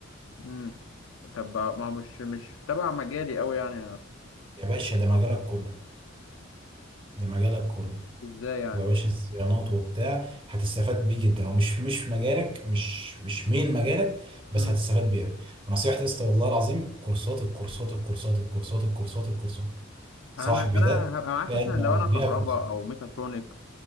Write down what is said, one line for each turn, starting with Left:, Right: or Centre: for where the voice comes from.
Left: مم. طب ما هو مش مش تبع مجالي قوي يعني
Right: يا باشا ده مجالك
Left: أو
Right: كله ده مجالك كله
Left: ازاي يعني
Right: هو يا باشا الصيانات وبتاع هتستفاد بيه جدا هو مش مش في مجالك مش مش مين مجالك بس
Left: مم.
Right: هتستفاد بيه أوي. ونصيحتي يا اسطى والله العظيم كورسات الكورسات الكورسات الكورسات الكورسات الكورسات صاحبي
Left: انا انا
Right: ده
Left: هبقى معاك
Right: كان
Left: مثلا
Right: مقضيها
Left: لو انا كهرباء
Right: كورسات
Left: او ميكاترونكس